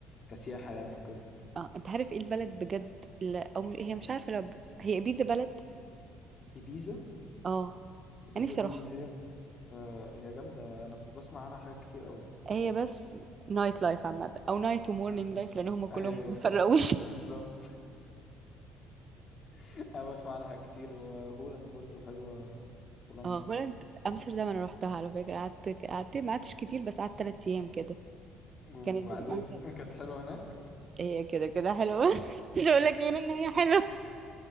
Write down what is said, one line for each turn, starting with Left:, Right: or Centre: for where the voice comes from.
Left: كسياحة يعني وكده
Right: اه انت عارف ايه البلد بجد اللي او هي مش عارفة لو ب... هي بيزا بلد
Left: إبيزا
Right: اه
Left: إبيزا
Right: انا نفسي
Left: دي
Right: اروحها
Left: اللي هي آه هي جامدة أنا س- بسمع عنها حاجات كتير قوي
Right: هي بس نايت لايف عامة او نايت ومورنينج
Left: مم.
Right: لايف لان هم كلهم
Left: أيوه
Right: ما بيفرقوش <laughs>
Left: بالظبط <laughs> أنا بسمع عنها حاجات كتير وهولاند برضو حلوة هولندا
Right: اه هولند امستردام انا روحتها على فكره قعدت قعدت ما قعدتش كتير بس قعدت ثلاث ايام كده
Left: وبعدين
Right: كانت بيبقى مثلا
Left: <laughs> كانت حلوة هناك
Right: هي كده كده حلوه <laughs> مش هقول لك غير ان هي حلوه